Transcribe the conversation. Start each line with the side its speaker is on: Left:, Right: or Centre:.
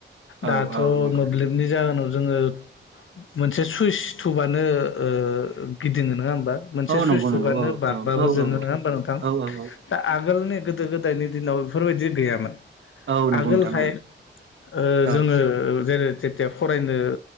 Right: औ
Left: दाथ'
Right: औ नंगौ
Left: मोब्लिबनि जाहोनाव जोङो मोनसे सुइस टुबानो ओ गिदिङो नोङा ओमबा मोनसे
Right: औ
Left: सुइ
Right: नंगौ
Left: थुबानो
Right: नंगौ औ
Left: बाल्बाबो
Right: औ औ
Left: जोङो
Right: औ
Left: नोंङा होनबा नोंथां
Right: औ औ
Left: दा आगोलनि गोदो गोदायनि दिनाव बेफोरबायदि गैयामोन
Right: औ नंगौ
Left: आगोलहाय
Right: नोंथां औ
Left: ओ
Right: औ
Left: जोङो जेरै जेथिया फरायनो